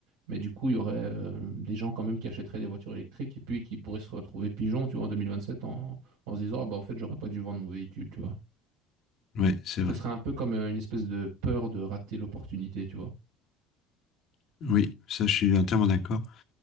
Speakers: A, on the right; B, on the left.
A: mais du coup, il y aurait euh, des gens quand même qui achèteraient des voitures électriques et puis qui pourraient se retrouver pigeons, tu vois, en 2027 en, en se disant, ah bah en fait, j'aurais pas dû vendre mon véhicule, tu vois.
B: Oui, c'est vrai.
A: Ce serait un peu comme euh, une espèce de peur de rater l'opportunité, tu vois.
B: Oui, ça, je suis entièrement d'accord.